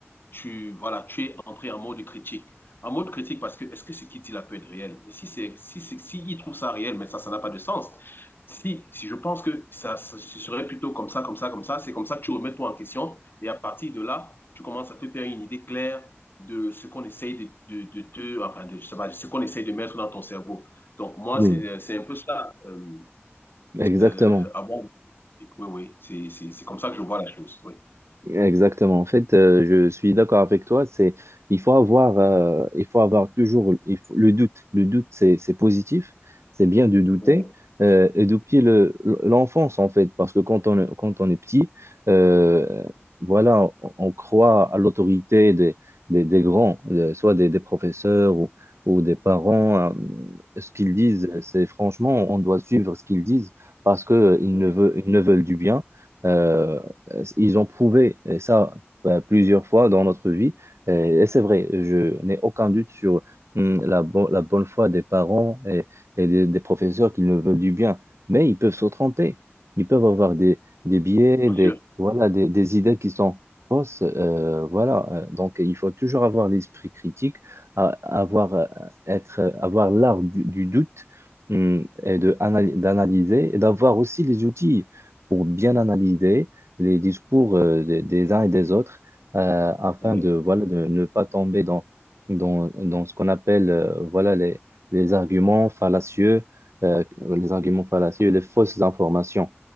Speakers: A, on the left; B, on the right.
A: tu, voilà, tu es entré en mode critique. En mode critique parce que est-ce que ce qu'il dit là peut être réel? Mais si c'est, si c'est, si il trouve ça réel, mais ça, ça n'a pas de sens. Si, si je pense que ça, ça- ce serait plutôt comme ça, comme ça, comme ça, c'est comme ça que tu remets toi en question et à partir de là, tu commences à te faire une idée claire de ce qu'on essaye de, de, de te, enfin, de, je sais pas, ce qu'on essaye de mettre dans ton cerveau. Donc, moi,
B: Oui,
A: c'est, c'est un peu ça. euh,
B: exactement.
A: euh, avant, oui, oui, c'est c'est- c'est comme ça que je vois la chose. Oui,
B: Exactement. En fait, euh, je suis d'accord avec toi. C'est, il faut avoir, euh, il faut avoir toujours il faut- le doute. Le doute, c'est, c'est positif. C'est bien de douter.
A: oui,
B: Euh, et depuis le, l'enfance, en fait, parce que quand on, est- quand on est petit, euh, voilà, on, on croit à l'autorité des, des, des grands, euh, soit des, des professeurs ou, ou des parents. euh, ce qu'ils disent, c'est franchement, on doit suivre ce qu'ils disent parce que euh, ils
A: oui.
B: ne veulent, ils ne veulent du bien. euh, euh, ils ont prouvé et ça euh, plusieurs fois dans notre vie. Et, et c'est vrai, je n'ai aucun doute sur hum, la, bo- la bonne foi des parents et, et des, des professeurs qui ne veulent du bien. Mais ils peuvent se tromper. Ils peuvent avoir des, des biais,
A: Bien
B: des,
A: sûr.
B: voilà, des, des idées qui sont fausses. euh, voilà. Euh, Donc, il faut toujours avoir l'esprit critique, a- avoir, euh, être, euh, avoir l'art du, du doute hum, et de anal- d'analyser et d'avoir aussi les outils pour bien analyser les discours euh, des, des uns et des autres euh, afin
A: Oui,
B: de, voilà, de ne pas tomber dans, dans, dans ce qu'on appelle euh, voilà, les, les arguments fallacieux, euh, les arguments fallacieux, les fausses informations.